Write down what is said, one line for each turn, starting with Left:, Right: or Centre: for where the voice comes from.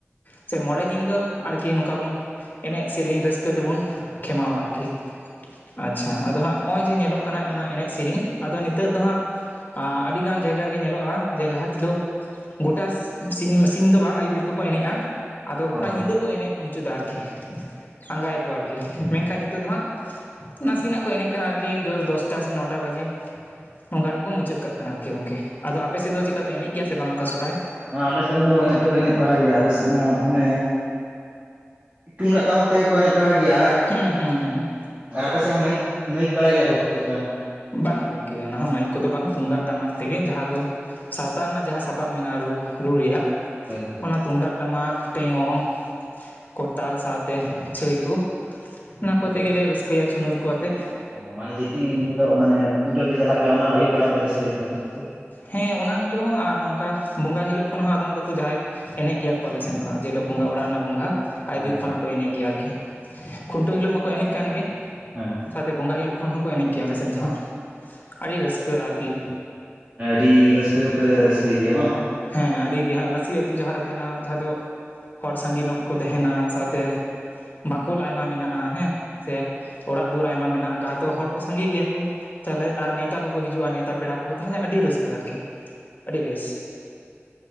Left: ᱥᱮ ᱢᱚᱬᱮ ᱫᱤᱱ ᱫᱚ ᱟᱨᱠᱤ ᱱᱚᱝᱠᱟ ᱵᱚᱱ᱾ ᱮᱱᱮᱡ ᱥᱮᱨᱤᱧ ᱨᱟᱹᱥᱠᱟᱹ ᱛᱮᱵᱚᱱ ᱠᱷᱮᱢᱟᱣᱟ ᱟᱨᱠᱤ᱾ ᱟᱪᱪᱷᱟ ᱟᱫᱚ ᱦᱟᱸᱜ ᱱᱚᱜ-ᱚᱭ ᱡᱮ ᱧᱮᱞᱚᱜ ᱠᱟᱱᱟ ᱚᱱᱟ ᱮᱱᱮᱡ ᱥᱤᱨᱤᱧ ᱟᱫᱚ ᱱᱤᱛᱚᱜ ᱫᱚ ᱦᱟᱸᱜ᱾ ᱟ ᱟᱹᱰᱤᱜᱟᱱ ᱡᱟᱭᱜᱟ ᱨᱤᱜᱤ ᱧᱮᱞᱚᱜ-ᱟ᱾ ᱡᱮ ᱞᱟᱦᱟ ᱛᱮᱫᱚ ᱜᱚᱴᱟ ᱥᱤᱧ ᱥᱤᱧ ᱫᱚ ᱵᱟᱝ ᱟᱭᱩᱵ ᱵᱤᱨ ᱠᱷᱚᱜ ᱠᱚ ᱮᱱᱮᱡ-ᱟ ᱟᱫᱚ ᱜᱚᱴᱟ
Right: ᱦᱳᱭ ᱦᱳᱭ
Left: ᱧᱤᱫᱟᱹ᱾ ᱠᱩ ᱮᱱᱮᱡ ᱢᱩᱪᱟᱹᱫᱟ ᱟᱨᱠᱤ ᱟᱸᱜᱟᱭᱟᱠᱩ ᱟᱨᱠᱤ ᱢᱮᱱᱠᱷᱟᱱ ᱱᱤᱛᱚᱜ ᱫᱚ ᱦᱟᱸᱜ᱾ ᱱᱟᱥᱮᱱᱟᱜ ᱠᱚ ᱮᱱᱮᱡ ᱠᱟᱱᱟ ᱟᱨᱠᱤ ᱡᱳᱨ ᱫᱚᱥᱴᱟ ᱥᱮ ᱱᱚᱴᱟ ᱵᱟᱡᱤ᱾ ᱚᱝᱠᱟ ᱨᱮ ᱜᱮᱠᱚ ᱢᱩᱪᱟᱹᱜ ᱠᱟᱜ ᱠᱟᱱᱟ ᱟᱨᱠᱤ ᱜᱚᱝᱠᱮ ᱟᱫᱚ ᱟᱯᱮ ᱥᱮᱜ ᱫᱚ ᱪᱮᱠᱟ ᱯᱮ ᱮᱱᱮᱡ ᱜᱮᱭᱟ ᱥᱮ ᱵᱟᱝ ᱚᱝᱠᱟ ᱥᱚᱨᱦᱟᱭ᱾
Right: ᱟᱞᱮ ᱥᱮᱜ ᱦᱚᱸ ᱮᱱᱮᱡ ᱫᱚᱠᱚ ᱮᱱᱮᱡ ᱵᱟᱲᱟᱭ ᱜᱮᱭᱟ ᱟᱞᱮ ᱥᱮᱜ ᱢᱟ ᱢᱟᱱᱮ ᱛᱩᱢᱫᱟᱜ ᱴᱟᱢᱟᱠ ᱛᱮᱜᱮ ᱠᱚ ᱮᱱᱮᱡ ᱵᱟᱲᱟᱭ ᱜᱮᱭᱟ ᱟᱨ
Left: ᱦᱩᱸ ᱦᱩᱸ ᱦᱩᱸ᱾
Right: ᱟᱨ ᱟᱯᱮ ᱥᱮᱜ ᱦᱚᱸ ᱢᱟᱭᱤᱠ ᱢᱟᱹᱭᱤᱠ ᱵᱟᱲᱟ ᱜᱮᱭᱟ ᱠᱚ ᱪᱮᱠᱟ
Left: ᱵᱟᱝ-ᱟ ᱜᱚᱝᱠᱮ ᱚᱱᱟ ᱦᱚ ᱢᱟᱭᱤᱠ ᱠᱚᱫᱚ ᱵᱟᱝ ᱛᱩᱢᱫᱟᱜ ᱴᱟᱢᱟᱠ ᱛᱮᱜᱮ ᱡᱟᱦᱟᱸ ᱠᱩ ᱥᱟᱶᱛᱟ ᱨᱮᱱᱟᱜ ᱡᱟᱦᱟᱸ ᱥᱟᱯᱟᱵ ᱢᱮᱱᱟᱜ-ᱟ ᱨᱩ ᱨᱩ ᱨᱮᱭᱟᱜ
Right: ᱦᱳᱭ ᱦᱳᱭ᱾
Left: ᱚᱱᱟ ᱛᱩᱢᱫᱟᱜ ᱴᱟᱢᱟᱠ ᱴᱮᱭᱚᱝ᱾ ᱠᱚᱨᱛᱟᱞ ᱥᱟᱶᱛᱮ ᱪᱷᱟᱹᱭ ᱠᱩ ᱚᱱᱟ ᱠᱚᱛᱮ ᱜᱮᱞᱮ ᱨᱟᱹᱥᱠᱟᱹᱭᱟ ᱪᱷᱩᱱᱩᱨ ᱠᱩ ᱟᱛᱮᱜ᱾
Right: ᱚ ᱢᱟᱱᱮ ᱡᱮᱫᱤᱱ ᱩᱱ ᱦᱤᱞᱳᱜ ᱢᱟᱱᱮ ᱠᱷᱩᱱᱴᱟᱹᱣ ᱯᱮ ᱪᱟᱞᱟᱜ ᱜᱮᱭᱟ ᱚᱱᱟ ᱟᱭᱩᱵ ᱵᱮᱲᱟ ᱯᱮ ᱨᱟᱹᱥᱠᱟᱹᱭ ᱜᱮᱭᱟ ᱵᱟᱝ ᱥᱮ
Left: ᱦᱮᱸ ᱚᱱᱟ ᱦᱤᱞᱳᱜ ᱦᱚᱸ ᱟᱨ ᱱᱚᱝᱠᱟ ᱵᱚᱸᱜᱟ ᱦᱤᱞᱳᱜ ᱠᱷᱚᱱ ᱦᱚᱸ ᱟᱫᱚᱢ ᱛᱟᱠᱩ ᱡᱟᱦᱟᱸᱭ ᱮᱱᱮᱡ ᱜᱮᱭᱟ ᱠᱚ ᱟᱞᱮᱥᱮᱱ ᱫᱚ ᱦᱟᱸᱜ ᱡᱮ ᱦᱤᱞᱳᱜ ᱵᱚᱸᱜᱟ ᱚᱲᱟᱜ ᱨᱮᱱᱟᱜ ᱵᱚᱸᱜᱟ ᱟᱭ
Right: ᱦᱳᱭ
Left: ᱵᱤᱨ
Right: ᱦᱳᱭ
Left: ᱠᱷᱚᱱᱟᱜ ᱠᱚ ᱮᱱᱮᱜ ᱜᱮᱭᱟ ᱟᱨᱠᱤ ᱠᱷᱩᱱᱴᱟᱹᱣ ᱦᱤᱞᱳᱜ ᱢᱟᱠᱚ ᱮᱱᱮᱡ ᱠᱟᱱ ᱜᱮ
Right: ᱦᱮᱸ
Left: ᱥᱟᱶᱛᱮ ᱵᱚᱸᱜᱟ ᱦᱤᱞᱳᱜ ᱠᱷᱚᱱ ᱦᱚᱸᱠᱚ ᱮᱱᱮᱡ ᱜᱮᱭᱟ ᱟᱞᱮ ᱥᱮᱫ ᱫᱚ ᱦᱟᱸᱜ ᱟᱰᱤ ᱨᱟᱹᱥᱠᱟᱹ ᱟᱨᱠᱤ᱾
Right: ᱱᱮ ᱟᱹᱰᱤ ᱨᱟᱹᱥᱠᱟᱹ ᱜᱮᱯᱮ ᱨᱟᱹᱥᱠᱟᱹᱭ ᱜᱮᱭᱟ ᱵᱟᱝ?
Left: ᱦᱮᱸ ᱟᱹᱰᱤ ᱜᱮ ᱦᱟᱸᱜ ᱨᱟᱥᱤ ᱟᱹᱛᱩ ᱡᱟᱦᱟᱸ ᱨᱮ ᱛᱟᱦᱮᱱᱟ ᱡᱟᱦᱟᱸ ᱫᱚ ᱦᱚᱲ ᱥᱟᱸᱜᱮ ᱱᱚᱜ ᱠᱚ ᱛᱟᱦᱮᱱᱟ ᱥᱟᱶᱛᱮ ᱵᱟᱠᱷᱳᱞ ᱟᱭᱢᱟ ᱢᱮᱱᱟᱜ-ᱟ ᱦᱮᱸ ᱥᱮ ᱚᱲᱟᱜ ᱫᱩᱣᱟᱹᱨ ᱟᱭᱢᱟ ᱢᱮᱱᱟᱜ ᱠᱟᱜ-ᱟ ᱛᱚ ᱦᱚᱲ ᱠᱩ ᱥᱟᱸᱜᱤ ᱜᱮᱭᱟ ᱠᱩ᱾ ᱛᱟᱦᱞᱮ ᱟᱨ ᱱᱮᱣᱛᱟ ᱠᱚ ᱠᱚ ᱦᱤᱡᱩᱜ-ᱟ ᱱᱮᱣᱛᱟ ᱯᱮᱲᱟ ᱠᱚ ᱛᱟᱦᱞᱮ ᱟᱰᱤ ᱨᱟᱹᱥᱠᱟᱹ ᱟᱨᱠᱤ ᱟᱰᱤ ᱵᱮᱥ᱾